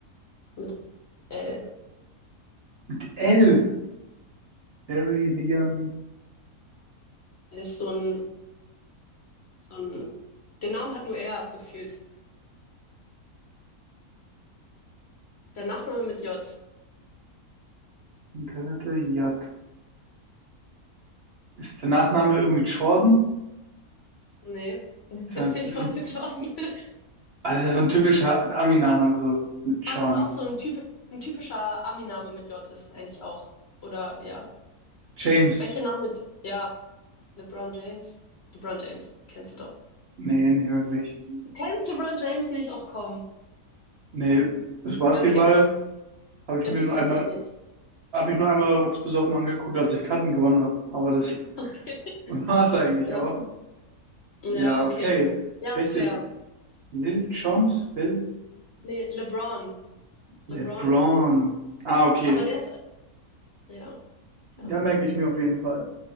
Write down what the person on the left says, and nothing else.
mit L.
Er ist so ein, so ein, den Namen hat nur er, so gefühlt. Der Nachname mit J.
Nee, <laughs>
ist
nicht Michael
Jordan. <laughs>
Aber
ist auch so ein Typ, ein typischer Ami-Name mit J ist es eigentlich auch. Oder ja.
Welche Namen mit, ja, LeBron James. LeBron James, kennst du doch.
Du kennst LeBron James nicht? Ach komm.
Ja, okay.
Interessiert
dich nicht.
Okay.
<laughs>
Ja.
Ja,
okay.
Ja,
ist
fair.
Nee, LeBron. LeBron.
Aber der ist, ja,
ja.